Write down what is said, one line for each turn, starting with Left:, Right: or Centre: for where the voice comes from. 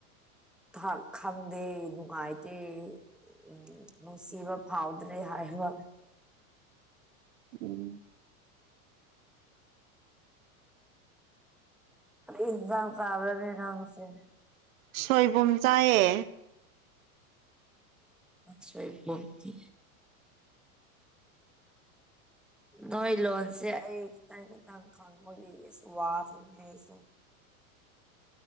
Centre: ꯊꯥ ꯈꯪꯗꯦ ꯅꯨꯡꯉꯥꯏꯇꯦ ꯎꯝ ꯅꯨꯡꯁꯤꯕ ꯐꯥꯎꯗ꯭ꯔꯦ ꯍꯥꯏꯕ
Right: ꯎꯝ
Centre: ꯀꯔꯤ ꯏꯟꯖꯥꯡ‌ ꯆꯥꯕ꯭ꯔꯅ‌ꯦ ꯅꯪꯁ‌ꯦ
Right: ꯁꯣꯏꯕꯨꯝ ꯆꯥꯏꯑꯦ
Centre: ꯁꯣꯏꯕꯨꯝꯗꯤ ꯅꯣꯏ ꯂꯣꯟꯁꯦ ꯑꯩ ꯈꯤꯇꯪ ꯈꯤꯇꯪ ꯈꯪꯕꯒꯤꯁꯨ ꯋꯥꯈꯦꯅꯦ ꯑꯩꯁ‌ꯦ